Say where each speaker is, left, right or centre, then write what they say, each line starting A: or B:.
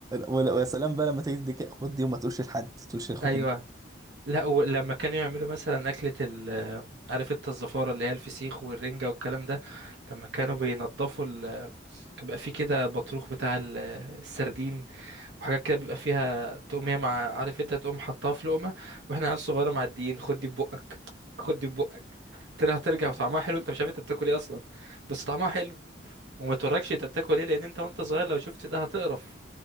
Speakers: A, on the right; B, on the right.
A: ولا- ويا سلام بقى لما تيجي تديك خد دي وما تقولش لحد ما تقولش لاخوك
B: ايوه
A: إن-
B: لا ولما كانوا يعملوا مثلا اكله ال آه، عارف انت الزفاره اللي هي الفسيخ والرنجه والكلام ده لما كانوا بينضفوا ال... كان بيبقى فيه كده بطروخ بتاع ال- السردين وحاجات كده بيبقى فيها تقوم هي مع عارف انت تقوم حطها في لقمه واحنا عيال صغيره معديين خد دي في بقك خد دي في بقك ترى هترجع وطعمها حلو انت مش عارف انت بتاكل ايه اصلا بس طعمها حلو وما توركش انت بتاكل ايه لان انت وانت صغير لو شفت ده هتقرف